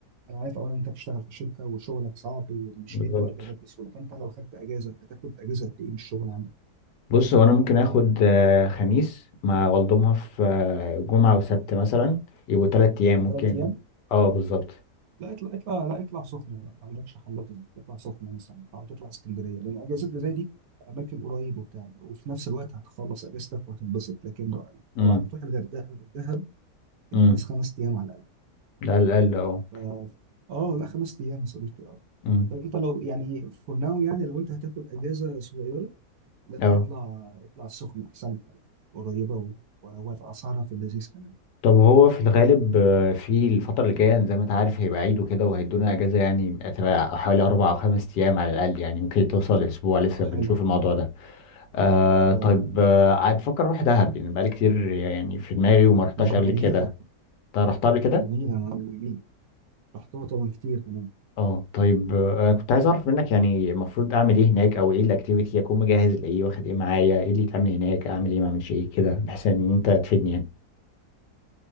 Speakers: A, on the right; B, on the left.
A: انا عارف اولا انت بتشتغل في شركه وشغلك صعب ومش
B: بالظبط
A: بيدوا اجازات بسهوله فانت لو خدت اجازه هتاخد اجازه قد ايه من الشغل عندك
B: بص هو انا ممكن اخد آه، خميس مع والدومها في آه، جمعه وسبت مثلا يبقوا تلات ايام
A: يعني
B: ممكن
A: ثلاث ايام
B: اه بالظبط
A: لا اطلع اطلع لا اطلع سخنه بقى ما عندكش حل تاني اطلع سخنه مثلا او تطلع اسكندريه لان الاجازات اللي زي دي اماكن قريب وبتاع وفي نفس الوقت هتخلص اجازتك وهتنبسط لكن لو
B: امم
A: لو هتروح الغردقه او دهب انت
B: امم
A: عايز خمس ايام على
B: ده على الاقل اه
A: اه آه، لا خمس ايام يا صديقي اه
B: امم.
A: طب انت لو يعني فور ناو يعني لو انت هتاخد اجازه صغيره لا
B: اه
A: اطلع اطلع السخنه احسن حاجه قريبه و- و- واسعارها في اللذيذ كمان
B: طب هو في الغالب آه، في الفترة اللي جاية زي ما انت عارف هيبقى عيد وكده وهيدونا اجازة يعني هتبقى حوالي اربع او خمس ايام على الاقل يعني ممكن توصل لاسبوع لسه
A: آه، حلو
B: بنشوف الموضوع ده آه
A: اه
B: طيب آه عاد بفكر اروح دهب يعني بقالي كتير يعني في دماغي وما رحتهاش
A: دهب
B: قبل
A: جميله
B: كده انت رحتها قبل كده؟
A: جميله انا جميله رحتها طبعا كتير كمان
B: اه طيب آه كنت عايز اعرف منك يعني المفروض اعمل ايه هناك او ايه الاكتيفيتي اكون مجهز لايه واخد ايه معايا ايه اللي يتعمل هناك اعمل ايه ما اعملش ايه كده بحيث ان انت تفيدني يعني